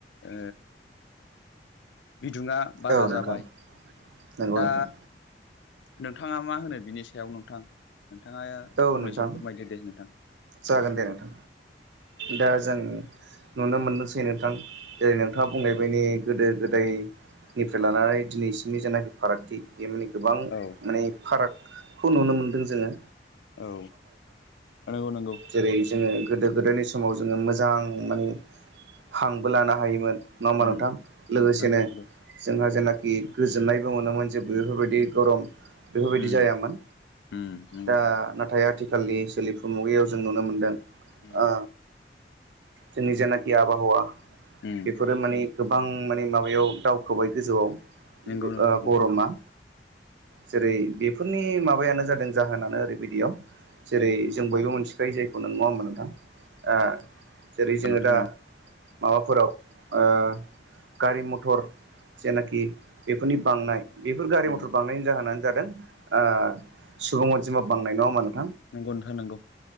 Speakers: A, on the left; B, on the right.
A: ओ बिदुङा बारा
B: औ नोंथां
A: जाबाय।
B: नंगौ
A: दा
B: नोंथां
A: नोंथाङा मा होनो बेनिस सायाव नोंथां? नोंथाङा
B: औ
A: फंनैसो
B: नोंथां
A: फोरमायदो दे नोंथां।
B: जागोन दे नोंथां। दा जों नुनो मोनदोंसै नोंथां जेरै नोंथाङा बुंनाय बायदि गोदो गोदाय निफ्राय लानानै दिनैसिमनि जेनाखि फारागथि बे माने गोबां
A: औ
B: माने फारागखौ नुनो मोनदों जोंङो।
A: औ नोंगौ नंगौ।
B: जेरै- जोंङो गोदो-गोदायनि समाव जोंङो मोजां माने हांबो लानो हायोमोन। नङा होमबा
A: उम
B: नोंथां लोगोसेनो
A: नंगौ नंगौ
B: जोंहा जेना गोजोननायबो मोनोमोन जे बेफोरबायदि गरम बेफोरबायदि
A: उम
B: जायामोन।
A: उम नंगौ
B: दा नाथाय आथिखालनि सोलिफु मुगायाव जों नुनो मोनदों।
A: उम
B: ओ जोंनि जेनाखि आबहावा
A: उम
B: बेफोरो माने गोबां माने माबायाव दावखोबाय गोजौआव ओ
A: नंगौ नोंथां नंगौ
B: गर'मा
A: <inaudible>
B: जेरै- बेफोरनि माबायानो जादों जाहोनानो ओरैबायदियाव जेरै- जों बयबो मोन्थियो जाय जायखौ नों मावा नङा होनोबा नोंथां। जेरै जोंङो
A: नोंथां
B: दा
A: नंगौ
B: माबाफोराव ओ गारि मथर जेनाखि बेफोरनि बांनाय बेफोर गारि
A: उम
B: मथर बांनायनि जाहोनानो जादों सुबुं ओ अनजिमा बांनाय नङा होनबा नोंथां।
A: नगौ नोथां नंगौ।